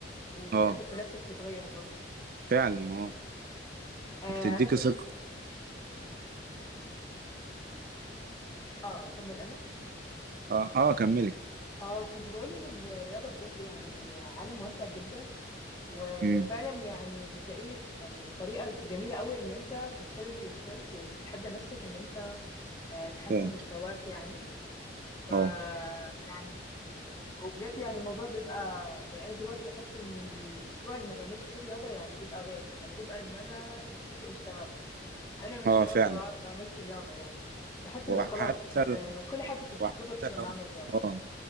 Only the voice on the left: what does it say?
وثقتك
بنفسك بتتغير برضو
آه
انا كنت
اه كمل انا
اه كنت بقول ان الرياضة بجد يعني عالم واسع جدا وفعلا
يعني بتلاقيه يعني طريقة جميلة قوي ان انت تتشالنج يور سيلف وتتحدى نفسك ان انت آه، تحسن
مستواك يعني ف
يعني وبجد يعني الموضوع بيبقى يعني انا دلوقتي بحس ان الاسبوع اللي ما بعملش فيه رياضه يعني بيبقى غير يعني بيبقى ان انا نفسيتي مش تمام انا مش
تمام
لما ما اعملش رياضه يعني بحس
ان خلاص
آه، كل حاجه بتتظبط
لما اعمل رياضه